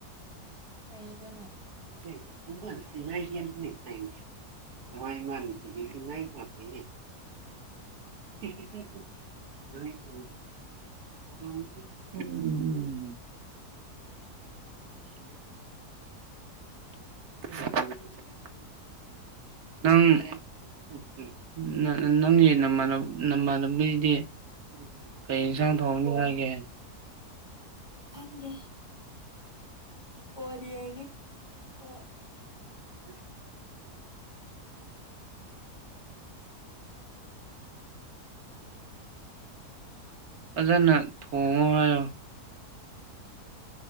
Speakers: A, on the left (about 20°); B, on the right (about 70°).
A: ꯑꯩ ꯑꯗꯨꯅ
B: ꯁꯤ ꯃꯁꯤ ꯉꯒꯅꯦ ꯐꯥꯏꯁ ꯃꯥꯏ ꯃꯥꯅꯤꯁꯤ ꯉ ꯃꯥꯦꯅꯦ <unintelligible> ꯎ <unintelligible> ꯅꯪ ꯅꯪꯒꯤ ꯅ ꯅꯃꯜꯗꯤ ꯎ ꯀꯩ ꯏꯟꯁꯥꯡ ꯊꯣꯡꯅꯤ
A: ꯐꯣꯟ
B: ꯍꯥꯏꯒꯦ
A: ꯈꯪꯗꯦ ꯑꯣꯏꯔꯤꯌꯦꯒ ꯑ
B: ꯑ ꯐꯖꯅ ꯊꯣꯡꯉꯣ